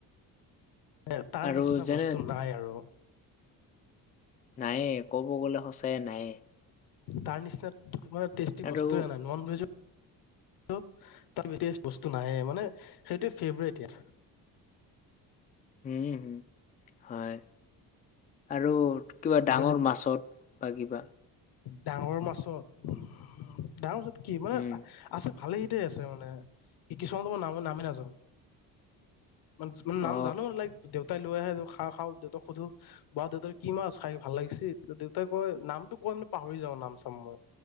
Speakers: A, on the left; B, on the left.
A: এ তাৰ
B: আৰু
A: নিচিনা
B: যেনে
A: বস্তু নাই আৰু।
B: নায়ে ক'ব গ'লে সঁচাই নায়ে।
A: তাৰ নিচিনা <unintelligible> টেষ্টি
B: আৰু
A: বস্তুৱে নাই নন ভেজ <unintelligible> বস্তু নাইয়ে মানে সেইটোই ফেভৰেট ইয়া
B: উম, হম, হয়। আৰু কিবা
A: আকৌ
B: ডাঙৰ
A: যে
B: মাছত বা কিবা
A: ডাঙৰ মাছত-ডাঙৰ মাছত কি মানে
B: হম
A: আছ ভালেকেইটাই আছে মানে <unintelligible> কিছুমান নামে- নামে নাজানো। মান <unintelligible> নাম
B: অ
A: জানো লাইক দেউতাই লৈ আহে খাৰ খাওঁ দেউতাক সোধো বা দেউতাক কি মাছ খাই ভাল লাগিছি ত'দেউতাই কয় নামতটো কয় মানে পাহৰি যাও নাম চাম মই।